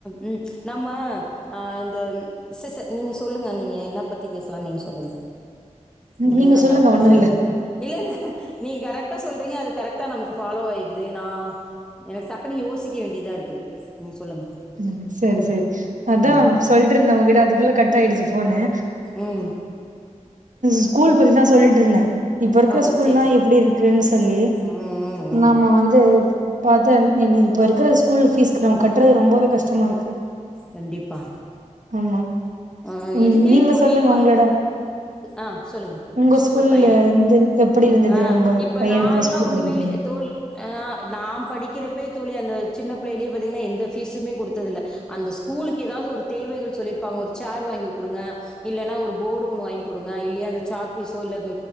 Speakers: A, in the centre; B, on the right.
A: உம் நாம ஆ இந்த ச ச நீங்க சொல்லுங்க நீ என்ன பத்தி பேசலாம் நீங்க சொல்லுங்க
B: ம்
A: நீங்க தான்
B: சொல்லுங்க
A: கரெக்டா
B: ஒண்ணு
A: சொல்லுவிங்க
B: இல்ல
A: இல்ல இல்ல நீங்கள் கரெக்டாக சொல்கிறீங்க அது கரெக்டாக நமக்கு ஃபாலோ ஆகிடுது நான் எனக்கு டக்குன்னு யோசிக்க வேண்டியதா இருக்குது சொல்லுங்க
B: ம் சரி சரி அதான்
A: ம்
B: சொல்லிட்ருந்தே உங்ககிட்ட அதுக்குள்ள கட் ஆயிடுச்சு போன்னு
A: உம்
B: ஸ்கூல் பத்திதான் சொல்லிட்டு இருந்தேன் இப்ப இருக்கிற
A: ஓ
B: ஸ்கூல்லாம்
A: சேர் சேர்
B: எப்டி இருக்குன்னு சொல்லி
A: ம் ம்
B: நமா வந்து பாத்தே இப்ப இருக்கிற ஸ்கூல் ஃபீஸ்க்கு நம்ம கட்டுறது ரொம்பவே கஷ்டமா இருக்கு
A: கண்டிப்பா
B: ஆமா
A: ஆஹ்
B: ம்
A: இதுக்கே
B: நீங்க
A: தோழி
B: சொல்லுங்க
A: இப்ப
B: உங்களோட
A: ஆ சொல்லுங்க
B: உங்க
A: ஸ்கூல்
B: ஸ்கூல்ல
A: பயணம்
B: இருந்து எப்டி இருந்தது
A: ஆஹ்
B: உங்க
A: இப்ப
B: பையனுக்குலா
A: நாங்களா
B: ஸ்கூல்
A: உண்மயிலே
B: படிக்க
A: தோழி ஆஹ் நாம் படிக்கிற ப்ப தோழி அந்த சின்ன பிள்ளயிலயே பாத்தீங்கன்னா எந்த பீஸுமே குடுத்ததல்ல அந்த ஸ்கூலுக்கு எதாவது ஒரு தேவகள் சொல்லிருப்பாங்க ஒரு சேர் வாங்கி கொடுங்க இல்லைன்னா ஒரு போர்டு ஒண்ணு வாங்கி கொடுங்க இல்லய அந்த சாக்பீஸோ இல்ல